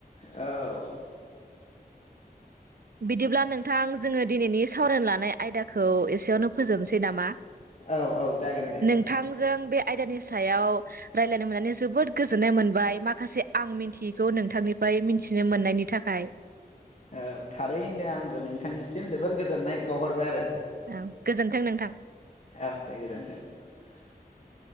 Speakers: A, on the left; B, on the right.
A: औ।
B: बिदिब्ला नोंथां जोङो दिनैनि सावरायनो लानाय आयदाखौ एसेयावनो फोजोबनोसै नामा?
A: औ औ जागोन दे
B: नोंथांजों
A: औ।
B: बे आयदानि सायाव रायलायनो मोननानै जोबोद गोजोननाय मोनबाय माखासे आं मिन्थियैखौ नोंथांनिफ्राय मिथिनो मोननायनि थाखाय।
A: औ थारैनो आं बो नोंथांनिसिम जोबोर गोजोननाय बावहरबाय आरो।
B: औ गोजोनथों नोंथां।
A: औ दे <inaudible>